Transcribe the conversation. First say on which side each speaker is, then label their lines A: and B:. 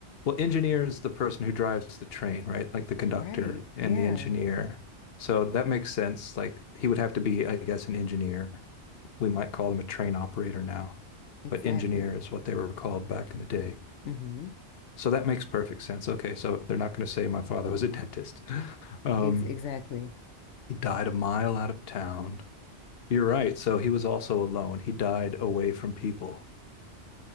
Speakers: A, on the left; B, on the left.
A: Well, engineer is the person who drives the train, right? Like the conductor
B: Right.
A: and
B: Yeah.
A: the engineer. So that makes sense. Like he would have to be, I guess, an engineer. We might call them a train operator now,
B: Exactly.
A: but engineer is what they were called back in the day.
B: hmm
A: So that makes perfect sense. Okay, so they're not going to say my father was a <laughs> dentist. Um,
B: Ex exactly.
A: He died a mile out of town. You're right. So he was also alone. He died away from people.